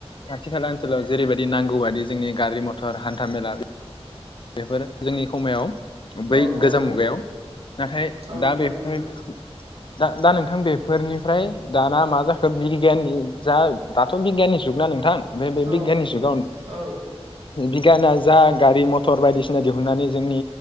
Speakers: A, on the left (about 50°); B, on the right (about 65°).
A: खाथि खाला ओनसोलाव जेरैबायदि नांगौ बादि जोंनि गारि मथर हान्था मेला। बेफोर जोंनि हमायाव बै
B: औ
A: गोजाम
B: औ
A: मुगायाव नाथाय
B: औ
A: दा
B: गैयामोन
A: बेफोर
B: नोंथां
A: दा दा नोंथां बेफोरनिफ्राय दाना मा जाखो बिगियाननि जा दाथ' बिगियाननि जुग ना नोंथां। बे बे
B: औ
A: बिगियाननि
B: नंगौ
A: जुगाव बिग
B: औ
A: बिगियाना जा गारि मथर बायदिसिना दिहुननानै जोंनि